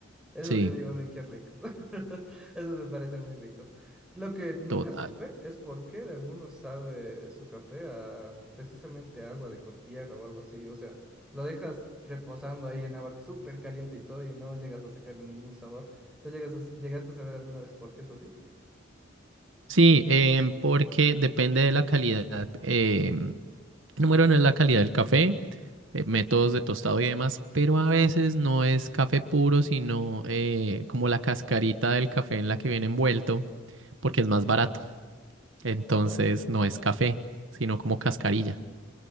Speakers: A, in the centre; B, on the right.
A: Esos
B: Sí,
A: yo digo, uy, qué ricos. <laughs> Esos me parecen muy ricos. Lo que nunca
B: total.
A: supe es por qué de algunos sabe su café a precisamente agua de con tierra o algo así. O sea, lo dejas reposando ahí en agua súper caliente y todo y no llegas a sacarle ningún sabor. ¿Tú llegas a- llegaste a saber alguna vez por qué es así?
B: Sí, em, porque depende de la calidad. em, número uno es la calidad del café. eh, métodos de tostado y demás, pero a veces no es café puro, sino eh, como la cascarita del café en la que viene envuelto, porque es más barato. Entonces
A: Ah, no.
B: no es café, sino como cascarilla.